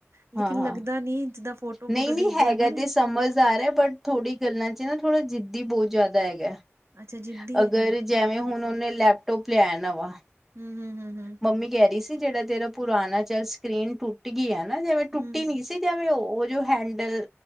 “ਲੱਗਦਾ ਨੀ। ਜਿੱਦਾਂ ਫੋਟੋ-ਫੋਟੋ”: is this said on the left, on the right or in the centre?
Right